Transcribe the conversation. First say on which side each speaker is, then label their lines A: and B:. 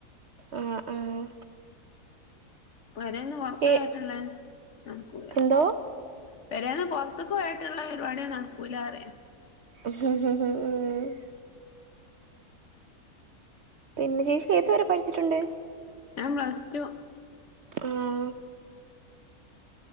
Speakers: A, on the right; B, on the left.
A: ആഹ് ആഹ്
B: പൊരേന്ന് പൊർത്ത
A: ഏ
B: <unintelligible> യിട്ട്ള്ളെ നടക്കൂല
A: എന്തോ
B: പെരേന്ന് പൊർത്ത്ക്കോയാട്ട്ള്ളെ പരിപാടിയൊന്നും നടക്കുലാർയ.
A: മം പിന്നെ ചേച്ചി ഏതുവരെ പഠിച്ചിട്ടുണ്ട്?
B: ഞാൻ പ്ലസ് ടു
A: ആഹ